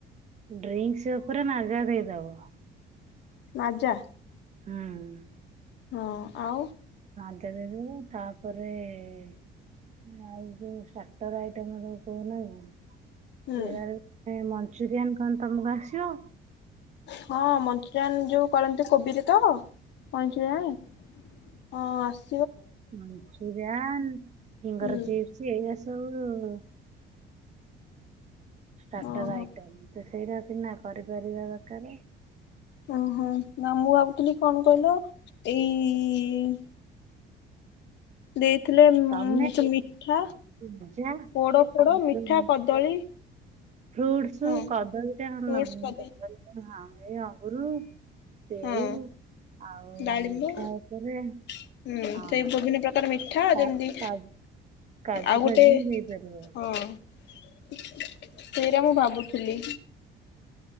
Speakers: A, on the right; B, on the left.
A: ଡ୍ରିଙ୍କସ୍ ଉପରେ ମାଜା ଦେଇଦବ।
B: ମାଜା।
A: ହୁଁ।
B: ହଁ ଆଉ।
A: ମାଜା ଦେଇଦେବୁ। ତାପରେ ଏ ଆଉ ଯୋଉ ଷ୍ଟାଟର ଆଇଟମ୍ ସବୁ କହୁନ କି
B: ହୁଁ
A: ସେଆଳୁ ଏ ମଞ୍ଚୁରିଆନ ଖନ୍ ତମକୁ ଆସିବ?
B: ହଁ ମଞ୍ଚୁରିଆନ ଯୋଉ କରନ୍ତି କୋବିରେ ତ? <unintelligible> ହଁ ଆସ୍
A: ମଞଚୁରିଆନ୍, ଫିଙ୍ଗର
B: ହୁଁ
A: ଚିପ୍ସ ଏଇଆ ସବୁ -ଉ ଷ୍ଟାଟର
B: ଓହୋ
A: ଆଇଟମ୍ ଯେ ସେଇରା ସିନା କରିପାରିବା ଦରକାରେ।
B: ଓହୋ ନା ମୁଁ ଭାବୁଥିଲି କଣ କହିଲ? ଏଇ-ଇ-ଇ ଦେ ଥିଲେ ଉମ୍
A: ତମେ
B: ସେ ମିଠା,
A: ଭଜା
B: ପୋଡଫୋଡ
A: ଆଉ
B: ମିଠା,
A: ଯୋଉ
B: କଦଳୀ।
A: ଫ୍ରୁଟସ୍
B: ହଁ
A: କଦଳୀ ଟା-
B: ଫ୍ରୁଟସ
A: ଆ-ହଁ।
B: କଦଳୀ
A: ଏଇ ଅଙ୍ଗୁରୁ, ସେଉ,
B: ହଁ
A: ଆଉ
B: ଡାଳିମ୍ବ
A: ମିଠା ଉପରେ
B: ହୁଁ
A: ହଁ।
B: ସେଇ ବିଭିନ୍ନ ପ୍ରକାର ମିଠା
A: କା-
B: ଯେମିତି,
A: କା- କାଜୁ
B: ଆଉ ଗୋଟେ
A: ଫାଜୁ ବି ଦେଇପାରିବ
B: ହଁ। ସେଇଟା ମୁଁ ଭାବୁଥିଲି।